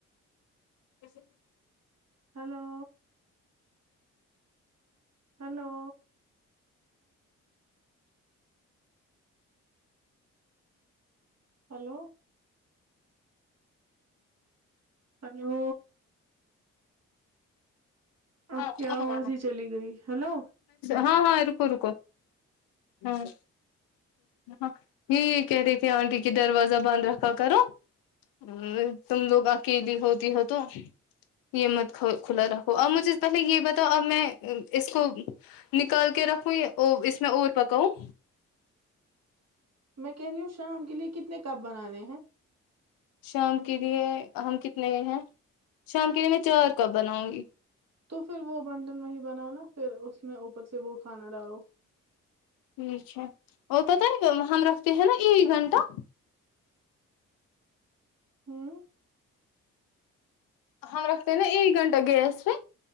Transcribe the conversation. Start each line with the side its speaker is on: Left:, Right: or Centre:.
Left: اسسے
Right: ہیلو ہیلو ہیلو ہیلو آپ
Left: ہاں
Right: کی آواز ہی چلی گئی ہیلو
Left: ہاں ہاں رکو رکو ہوں ہ یہ یہ کہہ رہی تھے آنٹی کی دروازہ بند رکھا کرو ا تم لوگ اکیلی ہوتی ہو تو یہ مت کھلا رکھو اور مجھے پہلے یہ بتاؤ اب میں اس کو نکال کے رکھوں اس میں اور پکاؤں
Right: میں کہہ رہی ہوں شام کے لیے کتنے کپ بنانے ہیں
Left: شام کے لیے ہم کتنے ہیں شام کے لیے چار کپ بناؤں گی
Right: تو پھر وہ بنٹن وہی بناؤ نا پھر اس میں اوپر سے وہ کھانا ڈالو
Left: ٹھیک ہے اور پتا ہے ہم رکھتے ہیں نا ایک گھنٹہ
Right: ہوں
Left: ہم رکھتے ہیں نا ایک گھنٹہ گیس پہ